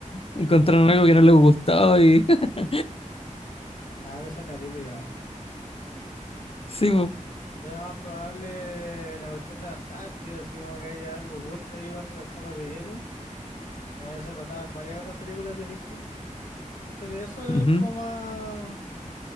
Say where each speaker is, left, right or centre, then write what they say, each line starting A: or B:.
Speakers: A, on the left; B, on the left.
A: encontraron algo que no les gustó y <laughs>
B: Nada, esa es la típica.
A: sí, po.
B: Es más probable la cuestión de la Antártida, así como que haya algo oculto ahí bajo las capas de hielo, como ya se trataba en varias otras películas de ficción. Siento que eso
A: Ujú.
B: es como más,